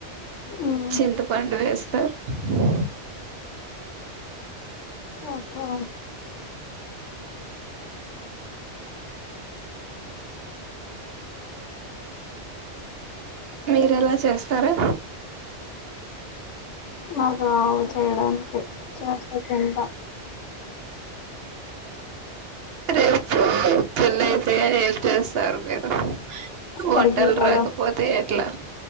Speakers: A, on the left (about 85°); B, on the right (about 65°).
A: మ్మ్
B: చింతపండు వేస్తే ఆ
A: ఓహో
B: మీరెలా చేస్తారు
A: నాకు రావు చేయడానికి చేస్తే తింట
B: రేపు పెళ్లి అయితే చేస్తారు మీరు
A: అక్కడికి
B: వంటలు
A: కదా
B: రాకపోతే ఎట్లా